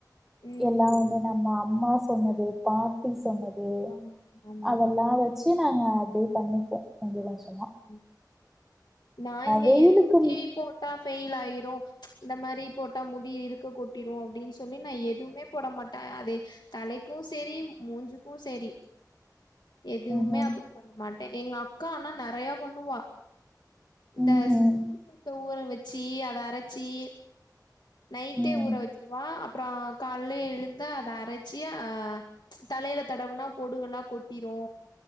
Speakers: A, on the left; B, in the centre.
A: ம்
B: எல்லா
A: ம்
B: வந்து நம்ம அம்மா ஸ் சொன்னது பாட்டி சொன்னத் து
A: ஆமா ஆமா
B: அதல்லா வச்சி நாங்க அப்டியே பண்ணிப்போ கொஞ்ச கொஞ்சம்
A: ம் நா இங்க
B: வெயிலுக்கு
A: எதுவுமே போட்டா ஃப் பெயில் ஆயிரு இந்த மாரி போட்டா முடி இருக்க கொட்டிரு அப்டின் சொல்லி நா எதுமே போட மாட்ட அது தலைக்கு செரி மூஞ்சுக்கு செரி
B: ம்ஹூம்
A: எதுவ்மே அப்ளே பண்ண மாட்டே எங்க அம் க்கா ஆனா நறையா பண்ணுவா இந்த
B: ம்ஹூம்
A: <inaudible> ஊற வெச் சி அத அரச்சி நைட்டே
B: ம்
A: ஊற வச்சிருவே அப் அப்பறொ கால்லே எழுந்து அத அரச்சி ஆ தலையில தடவுனா பொடுகெல்லா கொட்டிரு